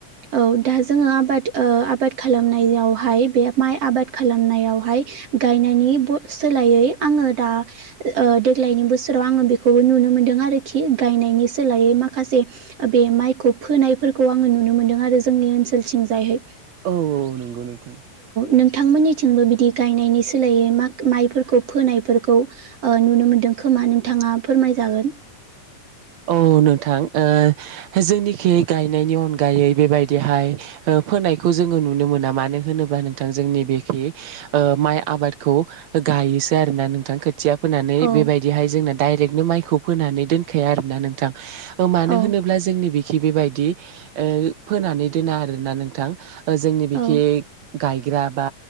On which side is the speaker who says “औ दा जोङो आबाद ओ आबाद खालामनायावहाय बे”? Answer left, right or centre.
Right